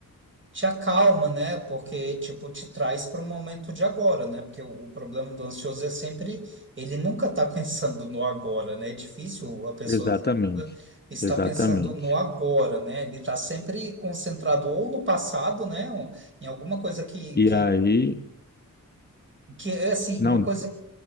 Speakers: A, on the right; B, on the left.
A: te acalma, né? Porque, tipo, te traz para o momento de agora, né? Porque o, o problema do ansioso é sempre, ele nunca tá pensando no agora, né? É difícil a pessoa
B: Exatamente,
A: estar
B: exatamente.
A: pensando no agora, né? Ele tá sempre concentrado ou no passado, né? Ou em alguma coisa que,
B: E
A: que,
B: aí,
A: que é assim,
B: não,
A: uma coisa.